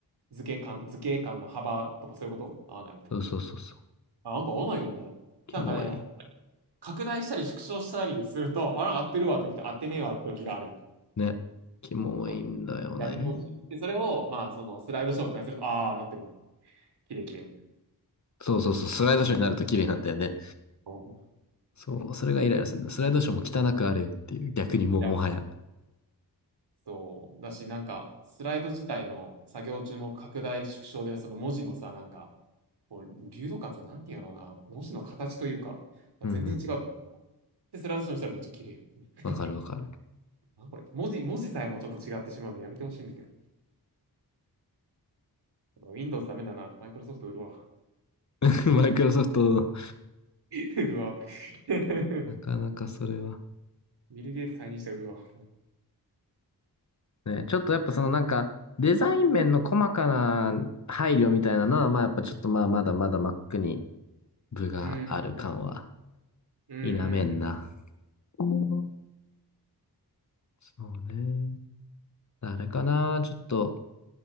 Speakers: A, on the right; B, on the left.
A: 図形間、図形間の幅とかそういうこと合わないって。
B: そうそうそうそ
A: あ、なんか合わないよね。
B: うキモい。
A: なんかね、拡大したり縮小したりすると、あ、なんか合ってるわって時と合ってねえわって時がある。
B: ね。キモいんだよね。
A: そうやめてほしい。で、それを、まあ、その、スライドショーとかにすると、ああ、なってるわ。綺麗綺麗。
B: そうそうそう。スライドショーになると綺麗なんだよね。
A: そうい
B: そう、それがイライラするんだ。スライドショーも汚くあれよっていう、逆にもうもはや。
A: やそうだし、なんか、スライド自体の作業中の拡大縮小で、その文字のさ、なんか、こう、流動感さ、なんていうんやろうな、文字の形というか、まあ、
B: うんうん
A: 全然違う。で、スライドショーにしたらめっちゃ綺麗やん。
B: わかるわかる。
A: なんこれ。文字、文字さえもちょっと違ってしまうのやめてほしいんだけど。Windows ダメだな。マイクロソフト売るわ。
B: <laughs> マイクロソフト、
A: <laughs> 売るわ。<laughs>
B: なかなかそれは。
A: ビル・ゲイツ退任したら売るわ。
B: ね、ちょっとやっぱそのなんか、デザイン面の細かな配慮みたいなのは、まあやっぱちょっとまあまだまだ Mac に部がある感は
A: うん。うん。うん。
B: 否めんな。
A: うん
B: うんそうね。あれかな、ちょっと、